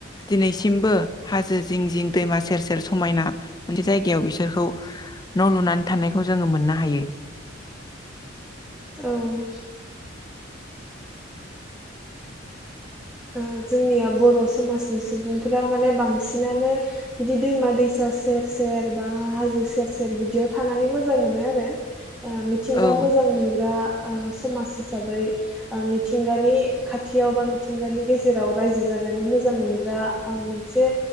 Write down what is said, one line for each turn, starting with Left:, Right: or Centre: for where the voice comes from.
Left: दिनैसिमबो हाजो जिं जिं दैमा सेर सेर समायना मोनसे जायगायाव बिसोरखौ न' लुनानै थानायखौ जोङो मोननो हायो।
Centre: औ ओ जोंनिया बर' समाज नि सुबुंफोरा माने बांसिनानो बिदि दैमा दैसा सेर सेर बा हाजो सेर सेर बिदियाव थानानै मोजां मोनो आरो ओ मिथिंगा
Left: औ
Centre: मोजां मोनग्रा ओ समाज हिसाबै ओ मिथिंगानि खाथियाव बा मिथिंगानि गेज जेराव रायजो जानानै मोजां मोनग्रा ओ मोनसे